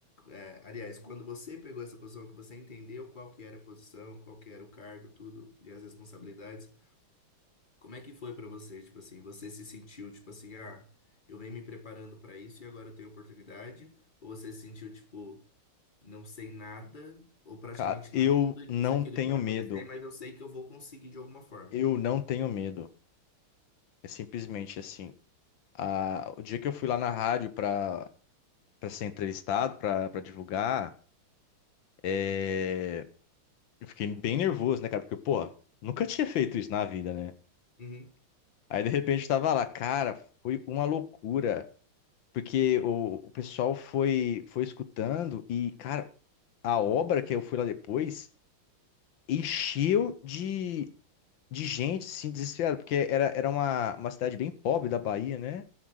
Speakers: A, on the left; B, on the left.
A: é, aliás, quando você pegou essa posição, que você entendeu qual que era a posição, qual que era o cargo, tudo, e as responsabilidades, como é que foi pra você? Tipo assim, você se sentiu, tipo assim, ah, eu venho me preparando pra isso e agora eu tenho oportunidade? Ou você se sentiu, tipo, não sei nada, ou praticamente
B: Cara,
A: nada
B: eu
A: do-
B: não
A: disso aqui
B: tenho
A: do que vai
B: medo.
A: acontecer, mas eu sei que eu vou conseguir de alguma forma?
B: Eu não tenho medo. É simplesmente assim. Ah, o dia que eu fui lá na rádio pra para ser entrevistado, para para divulgar, é, eu fiquei bem nervoso, né, cara? Porque, pô, nunca tinha feito isso na vida, né?
A: Uhum,
B: Aí, de repente, eu tava lá, cara, foi uma loucura. Porque o, o pessoal foi, foi escutando e, cara, a obra que eu fui lá depois encheu de, de gente, assim, desesperada. Porque era, era uma, uma cidade bem pobre da Bahia, né?